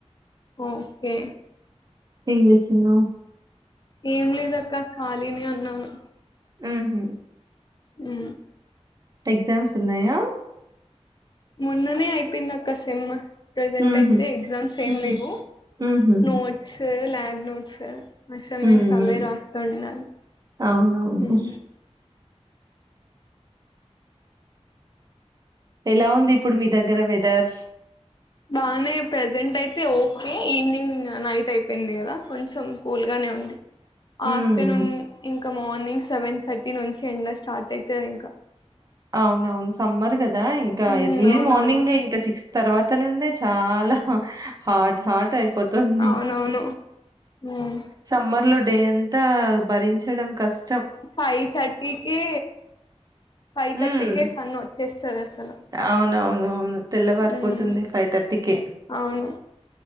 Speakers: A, on the left; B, on the right.
A: ఓకే
B: ఎం చేస్సున్నావ్?
A: ఏం లేద అక్క ఖాళీనే ఉన్నాను.
B: ఉహ్
A: ఆ
B: ఎగ్జామ్స్ ఉన్నాయా?
A: మోన్ననే అయిపోయింది అక్క సిమ్ ప్రజెంట్
B: ఊహూ
A: అయితే ఎగ్జామ్స్ ఏం
B: ఊహూ
A: లేవు
B: ఊహూ
A: నోట్స్, ల్యాబ్ నోట్స్ అసిన్మెంట్స్
B: ఊహూ
A: అవే రాస్తూన్న
B: అవునవును
A: ఉహ్
B: ఎలా ఉంది ఇప్పుడు మీ దగ్గర వెదర్స్?
A: బానే ప్రజెంట్ అయితే ఓకే, ఈవినింగ్ నైట్ అయిపోయింది కదా కొంచెం కూల్ గా నే ఉంది ఆఫ్టర్నూన్
B: మ్మ్
A: ఇంకా మార్నింగ్ సెవెన్ థర్టీ నుంచి ఎండ స్టార్ట్ అయితది ఇంకా.
B: అవునవును సమ్మర్ కదా ఇంకా
A: ఉమ్
B: ఎర్లీ
A: అవునవును
B: మార్నింగ్ ఇంకా సిక్స్ తర్వాత నుండే చాలా హాట్ హాట్ అయిపోతుంది
A: అవునవును ఉమ్
B: సమ్మర్ లో డే అంతా భరించడం కాస్
A: ఫైవ్ థర్టీకే ఫైవ్
B: హ్మ్.
A: థర్టీకే సన్ వచ్చేస్తది అసలు
B: అవునవును అవును తెల్లవారిపోతుంది
A: ఉమ్
B: ఫైవ్ థర్టీకే
A: అవును